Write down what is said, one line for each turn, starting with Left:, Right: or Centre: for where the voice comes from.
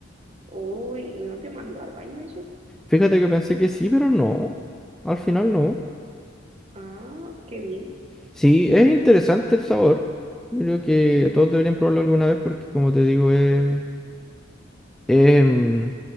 Right: Uy, ¿y no te mandó al baño eso?
Centre: Fíjate que pensé que sí, pero no. Al final no.
Right: Ah, qué bien.
Centre: Sí, es interesante el sabor. Yo creo que todos deberían probarlo alguna vez porque, como te digo, es, es, mm,